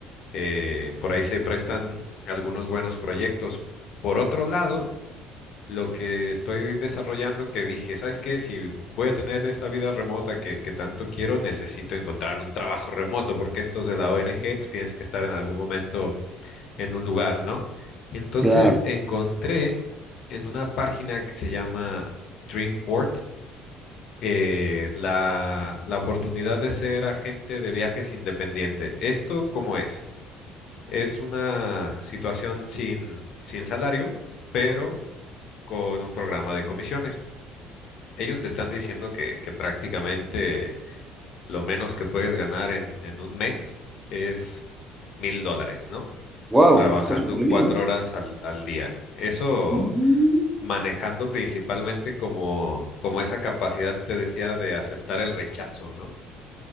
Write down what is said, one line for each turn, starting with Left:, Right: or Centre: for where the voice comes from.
Left: eh, por ahí se prestan algunos buenos proyectos. Por otro lado, lo que estoy desarrollando que dije, ¿sabes qué? Si voy a tener esa vida remota que, que tanto quiero, necesito encontrar un trabajo remoto, porque estos de la ONG, pues tienes que estar en algún momento en un lugar, ¿no? Entonces
Right: Claro.
Left: encontré en una página que se llama Dreamport, eh, la, la oportunidad de ser agente de viajes independiente. ¿Esto cómo es? Es una situación sin, sin salario, pero con un programa de comisiones ellos te están diciendo que, que prácticamente lo menos que puedes ganar en, en un mes es mil dólares, ¿no?
Right: Wow,
Left: Trabajando
Right: está súper
Left: cuatro
Right: bien.
Left: horas al, al día. Eso
Right: Mm.
Left: manejando principalmente como, como esa capacidad, te decía, de aceptar el rechazo, ¿no?